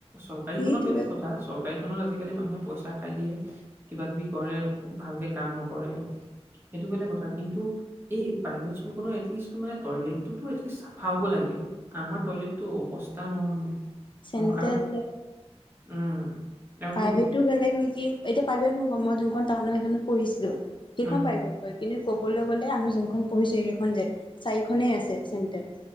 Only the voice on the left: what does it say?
সেইটোৱে
চেণ্ট্ৰেল
প্ৰাইভেতটো
বেলেগ নেকি এতিয়া প্ৰাইভেট নহয় মই যোনখন টান সেইখনত পঢ়িছিলো। কিখন
পাই ভাল কয় কিন্তু ক'বলৈ গ'লে আমি যোনখন পঢ়িছো এইখন যে চাৰিখনে আছে চেন্টেল।